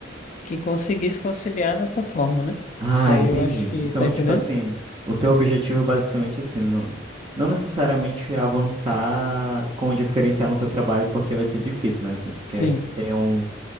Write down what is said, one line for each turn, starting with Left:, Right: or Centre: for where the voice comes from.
Left: que conseguisse conciliar dessa forma, né?
Right: Ah,
Left: Que aí
Right: entendi.
Left: eu acho que,
Right: Então,
Left: tá entendendo?
Right: tipo assim, o teu objetivo é basicamente assim, não, não necessariamente avançar com o diferencial no teu trabalho, porque vai ser difícil, mas assim, tu quer
Left: Sim,
Right: ter um